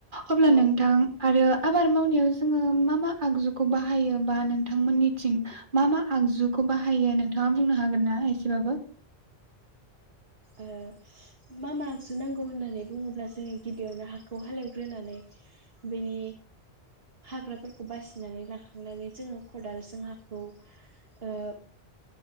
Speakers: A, on the right; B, on the right.
A: अब्ला
B: औ
A: नोंथां आरोबा आबाद मावनायाव जोङो मा मा आगजुखौ बाहायो बा नोंथांमोननिथिं मा मा आगजुखौ बाहायो नोंथाङा बुंनो हागोन ना एसेबाबो?
B: ओ मा मा गजु नांगौ होननानै बुङोब्ला जोङो गिबियावनो हाखौ हालेवग्रोनानै बेनि हाग्राफोरखौ बासिनानै लाखांनानै जोङो खदालजों हाखौ ओ